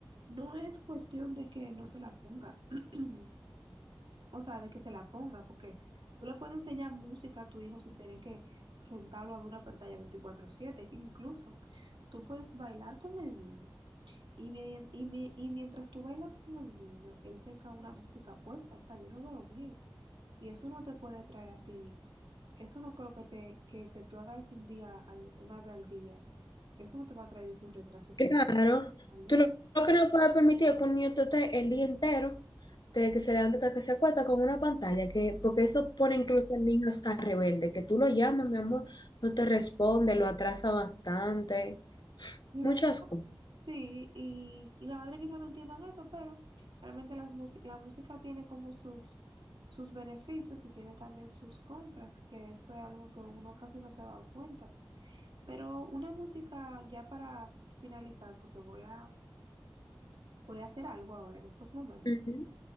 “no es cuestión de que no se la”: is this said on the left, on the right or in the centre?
Right